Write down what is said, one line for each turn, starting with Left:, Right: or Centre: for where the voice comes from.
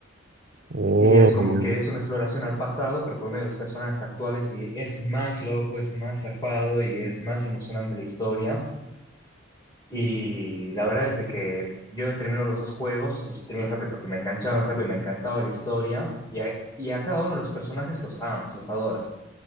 Right: Oh,
Left: Y es como
Right: ya
Left: que
Right: veo.
Left: es una exploración al pasado, pero por medio de los personajes actuales, y es más loco, es más zarpado y es más emocionante la historia. Y la verdad es de que yo termino los dos juegos, o sea, los termino rápido porque me enganchaban rápido, me encantaba la historia. Y a, y a cada uno de los personajes los amas, los adoras.